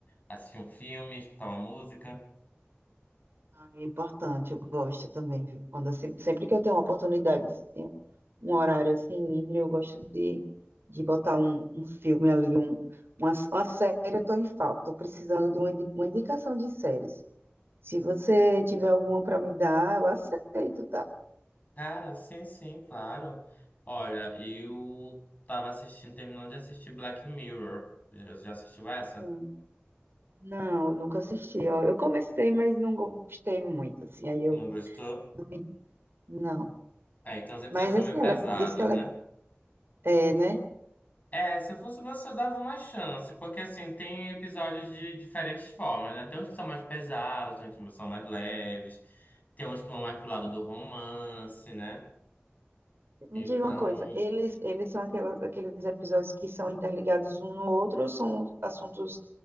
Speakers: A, on the left; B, on the right.
A: assistir um filme, escutar uma música.
B: Ah, É importante, eu gosto também, viu? Quando assim, sempre que eu tenho uma oportunidade, assim, um horário assim livre, eu gosto de, de botar um, um filme ali, um, uma, uma série, eu tô em falta, Estou precisando de uma, indi- uma indicação de séries. Se você tiver alguma para me dar, eu aceito, tá?
A: Cara, sim, sim, claro. Olha, eu tava assistindo, terminando de assistir Black Mirror. Já, já assistiu essa?
B: Hum, Não, eu nunca assisti, ó. Eu comecei, mas não gostei muito, assim, aí eu
A: Não gostou?
B: não. me- não.
A: É, então os episódios
B: Mas
A: estão
B: assim,
A: meio pesados,
B: ela disse que ela
A: né?
B: é É, né?
A: É, se eu fosse você, eu dava uma chance, porque assim, tem episódios de diferentes formas, né? Tem uns que são mais pesados, tem uns que são mais leves, tem uns que vão mais pro lado do romance, né?
B: Me
A: Então,
B: diga uma coisa, eles, eles são aquelas, aqueles episódios que são interligados um no outro ou são assuntos,